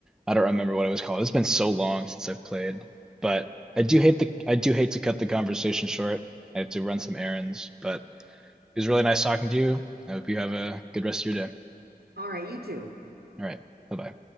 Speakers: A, in the centre; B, on the right.
A: I don't remember what it was called. It's been so long since I've played, but I do hate the I do hate to cut the conversation short. I have to run some errands, but it was really nice talking to you. I hope you have a good rest of your day.
B: All right, you two.
A: All right. Bye-bye.